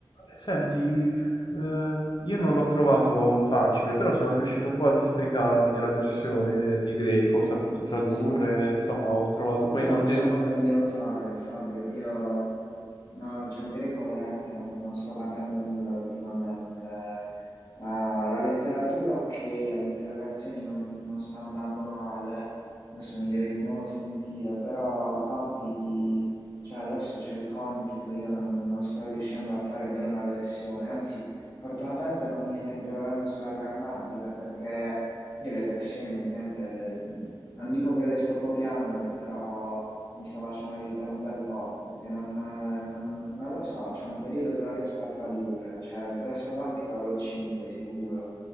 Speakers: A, on the left; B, on the left.
A: Senti, eh, io non l'ho trovato facile, però sono riuscito un po' a districarmi nella versione
B: Sì,
A: di greco, ho saputo
B: sì,
A: tradurre,
B: sì.
A: insomma, ho trovato poi
B: Io
A: molte...
B: non so come devo fare, Fabio. Io, no, cioè, greco veramente non, non sto capendo nulla ultimamente. Ah, la letteratura, ok, alle interrogazioni non, non sta andando male. Adesso mi deve di nuovo sentire, però compiti, cioè, adesso c'è il compito. Io non, non sto riuscendo a fare bene una versione. Anzi, fortunatamente non mi sta interrogando sulla grammatica perché. Io le versioni ultimamente eh, non dico che le sto copiando, però mi sto facendo aiutare un bel po', perché non, eh, non- non lo so, c'è un periodo che non riesco a tradurre, cioè il prossimo compito avrò 5 sicuro,